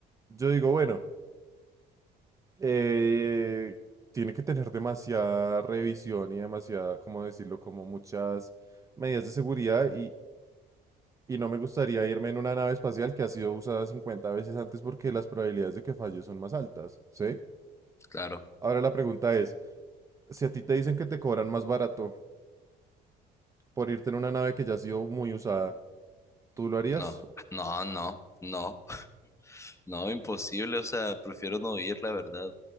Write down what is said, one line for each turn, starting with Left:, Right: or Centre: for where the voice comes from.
Right: Yo digo, bueno, eh, tiene que tener demasiada revisión y demasiada, ¿cómo decirlo? Como muchas medidas de seguridad y, y no me gustaría irme en una nave espacial que ha sido usada 50 veces antes porque las probabilidades de que falle son más altas, ¿sí?
Left: Claro.
Right: Ahora la pregunta es, si a ti te dicen que te cobran más barato, por irte en una nave que ya ha sido muy usada. ¿Tú lo harías?
Left: No, no, no, no. <laughs> No, imposible, o sea, prefiero no ir, la verdad.